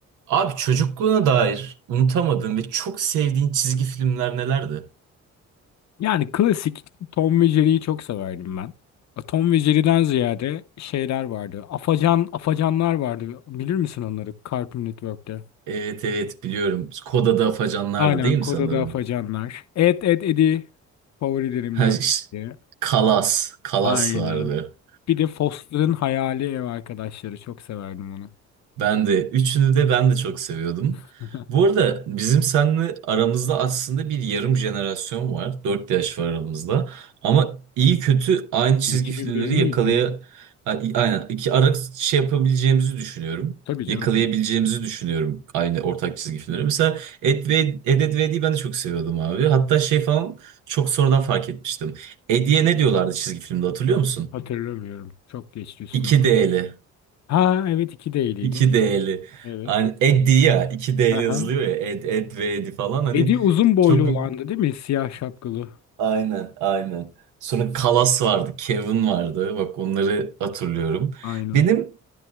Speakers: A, on the right; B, on the left.
A: Abi çocukluğuna dair unutamadığın ve çok sevdiğin çizgi filmler nelerdi?
B: Yani klasik Tom ve Jerry'yi çok severdim ben. Tom ve Jerry'den ziyade şeyler vardı. Afacan, afacanlar vardı. Bilir misin onları? Cartoon Network'te.
A: Evet evet biliyorum. Koda'da Afacanlar'dı
B: Aynen
A: değil
B: Koda'da
A: mi sanırım?
B: afacanlar. Ed Ed Ed'i favorilerimden
A: Ha, ş-
B: biri.
A: Kalas. Kalas
B: Aynen.
A: vardı.
B: Bir de Foster'ın Hayali Ev Arkadaşları. Çok severdim onu.
A: Ben de. Üçünü de ben de çok seviyordum.
B: <laughs>
A: Bu arada bizim seninle aramızda aslında bir yarım jenerasyon var. dört yaş var aramızda. Ama iyi kötü aynı çizgi
B: 2001'li
A: filmleri yakalaya...
B: miydin? lan?
A: A- Aynen. iki ara şey yapabileceğimizi düşünüyorum.
B: Tabii canım
A: Yakalayabileceğimizi
B: tabii.
A: düşünüyorum aynı ortak çizgi filmleri. Mesela Ed ve Ed, Ed ve Eddy'yi ben de çok seviyordum abi. Hatta şey falan çok sonradan fark etmiştim. Eddy'ye ne diyorlardı çizgi filmde hatırlıyor musun?
B: Hatırlamıyorum. Çok geçti üstümden.
A: 2D'li.
B: Ha evet iki değiliydi.
A: İki D'li.
B: Evet.
A: Hani Eddie ya. iki D'li
B: Aha.
A: yazılıyor ya. Ed, Ed ve Edi falan. Hani
B: Eddie uzun boylu
A: çok...
B: olandı değil mi? Siyah şapkalı.
A: Aynen, aynen. Sonra Kalas vardı. Kevin vardı. Bak onları hatırlıyorum.
B: Aynen.
A: Benim